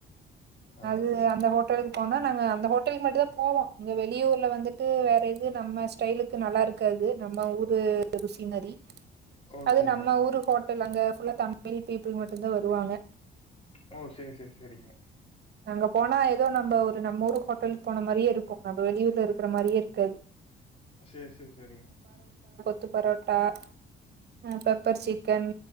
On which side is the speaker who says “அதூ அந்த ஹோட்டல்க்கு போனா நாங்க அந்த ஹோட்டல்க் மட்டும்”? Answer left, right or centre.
Right